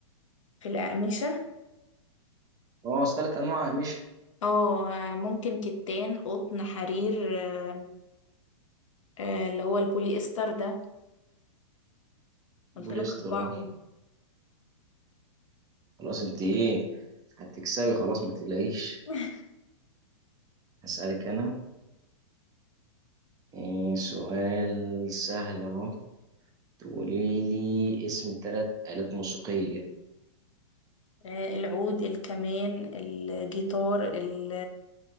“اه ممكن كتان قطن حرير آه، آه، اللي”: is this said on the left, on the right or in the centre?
Left